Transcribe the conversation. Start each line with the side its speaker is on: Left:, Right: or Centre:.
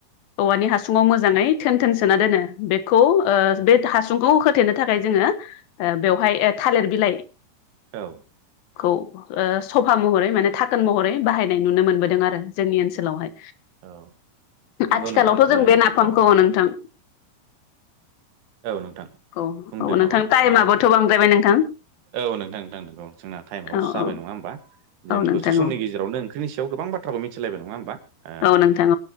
Left: औवानि हासुंआव मोजाङै थोन थोन सोना दोनो बे खौ
Right: नंगौ
Left: हासुंखौ होथेनो थाखाय जोङो बेवहाय थालिर बिलाइ
Right: औ
Left: खौ ओ सफा महरै माने थाखोन महरै बाहायनाय नुनो मोनबोदों आरो जोंनि ओनसोलावहाय
Right: औ नंगौ
Left: आथिखालावथ
Right: नोंथां
Left: जों
Right: ओ
Left: बे नाफामखौ
Right: औ
Left: नोंथां
Right: औ नोंथां
Left: औ
Right: बुंदो
Left: औ नोंथां
Right: नामा
Left: टाइमाबोथ'
Right: मा होनो।
Left: बांद्रायबाय नोंथां
Right: औ नोंथां नोंथां नंगौ औ जोंना टाइमाबो
Left: औ
Right: जाबाय
Left: औ
Right: नङा होमबा जों
Left: औ नोंथां
Right: दसे समनि
Left: औ
Right: गेजेराव नो ओंख्रिनिसायाव गोबां बाथ्राखौ मिथिलायबाय नङा होनबा ओ
Left: औ नोंथां